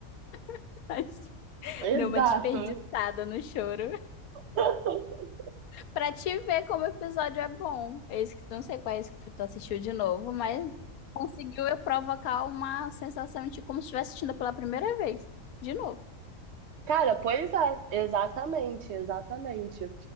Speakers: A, on the left; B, on the right.
A: <laughs> Mas
B: exato.
A: Deu uma desperdiçada no choro.
B: <laughs>
A: Pra te ver como o episódio é bom. Esse que tu não sei qual é esse que tu assistiu de novo, mas conseguiu eu provocar uma sensação de como se estivesse assistindo pela primeira vez. De novo.
B: Cara, pois é, exatamente, exatamente.